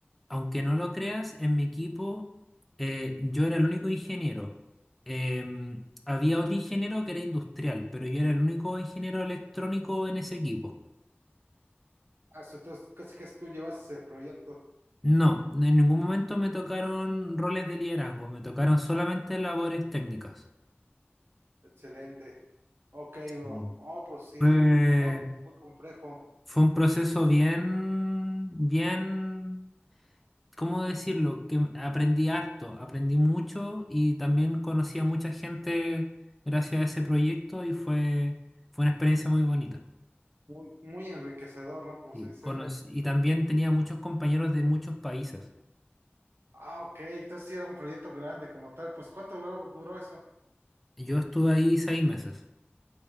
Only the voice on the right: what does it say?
Ah, so, entonces casi casi tú llevas el proyecto.
Excelente. Ok, bro.
Oh, pues sí.
No, muy complejo.
Muy, muy enriquecedor, ¿no? Como
se dice.
Ah, ok. Entonces sí era un proyecto grande como tal. Pues ¿cuánto duró, duró eso?